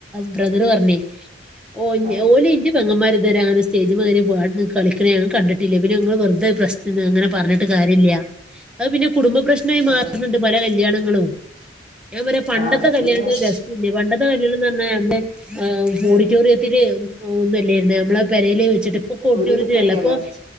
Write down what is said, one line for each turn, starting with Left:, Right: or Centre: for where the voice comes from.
Centre: ബ്രദറ് പറഞ്ഞ് ഓ
Right: ആഹ്
Centre: ഓലെ ഇന്റെ പെങ്ങന്മാര് ഇതുവരെ അങ്ങന സ്റ്റേജ്‌മേകേറേ പാടേ കളിക്കണേ ഞാൻ കണ്ടിട്ടില്ല പിന്നെങ്ങൾ വെർതെ പ്രശ് അങ്ങനെ പറഞ്ഞിട്ട് കാര്യല്ലാ അത് പിന്നെ കുടുംബപ്രശ് നായി
Right: ആഹ്
Centre: മാറ്ണ് ണ്ട് പല കല്യാണങ്ങളും ഞാൻ പറയാ പണ്ടത്തെ
Right: ആഹ് അത്
Centre: കല്യാണത്തിൻ്റെ
Right: ശരിയാണ്
Centre: രസ് ല്ല പണ്ടത്തെ കല്യാണന്ന് പറഞ്ഞാ എൻ്റെ ഏഹ് ഓഡിറ്റോറിയത്തില് <unintelligible> ഒന്നു അല്ലായിരുന്നു നമ്മളെ പെരേല് വെച്ചിട്ട് ഇപ്പൊക്കെ ഓഡിറ്റോറിയത്തിലല്ലേ
Right: ഉരുട്ടി തന്നെയല്ലേ
Centre: അപ്പൊ